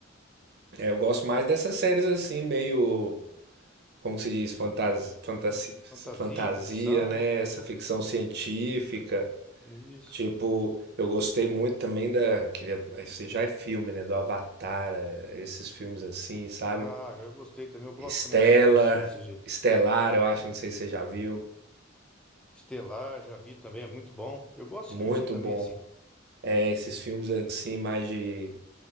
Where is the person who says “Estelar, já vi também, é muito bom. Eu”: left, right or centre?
Centre